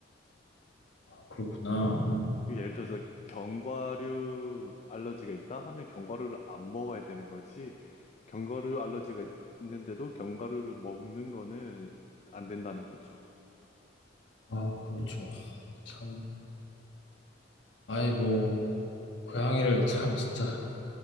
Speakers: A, on the left (about 65°); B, on the left (about 35°).
A: 아, 그렇구나.
B: 그 예를 들어서 견과류 알러지가 있다 하면 견과류를 안 먹어야 되는 거지. 견과류 알러지가 있는데도 견과류를 먹는 거는 안 된다는 거죠.
A: 아, 그렇죠. 참, 아예 뭐 고양이를 참 진짜